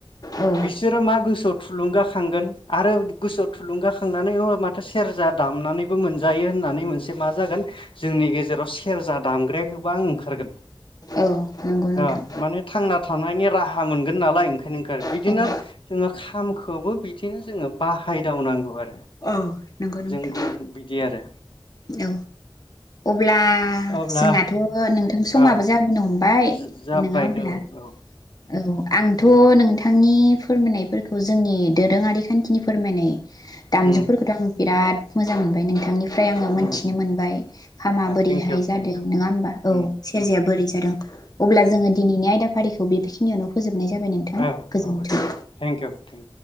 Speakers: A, on the left; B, on the left.
A: औ
B: बिसोरो मा गोसोआव थुलुंगाखांगोन आरो गोसोआव थुलुंगा सोंनानै अ माथो सेरजा दामनानैबो मोनजायो होननानै मोनसे मा जागोन जोंनि गेजेराव सेरजा दामग्राया गोबां ओंखार खारगोन
A: औ नंगौ
B: आ
A: नोंथां
B: माने थांना थानायनि राहा मोनगोन नालाय ओंखायनो ओंखारो
A: औ
B: बिदिनो
A: औ
B: जोङो खाम खौबो बिदिनो जोङो बाहायदावनांगौ आरो
A: औ नंगौ नोंथां
B: जों बिदि आरो
A: औ अब्ला
B: अब्ला
A: जोंनाथ' नोंथां समाबो
B: औ
A: जाबोनो हम बाय
B: जाबाय
A: नङा होनब्ला
B: औ औ
A: औ आंथ'
B: दे
A: नोंथांनि नि फोरमायनायफोरखौ जोंनि दोरोङारि खान्थिनि फोरमायनाय दामजुफोरखौथ'
B: उम
A: आं बिराद मोजां मोनबाय नोंथांनि फ्राय आङो मोनथिनो
B: उम उम
A: मोनबाय हामा बोरैहाय
B: थेंकिउ
A: जादों
B: थेंकिउ
A: नङा होमबा
B: उम
A: औ सेरजाया
B: उम
A: बोरै जादों अब्ला
B: उम
A: जोङो दिनैनि आयदाखौ फारिखौ बेखिनियावनो फोजोब नाय जाबाय नोंथां
B: औ
A: गोजोन्थों
B: औ दे थेंकिउ थेंकिउ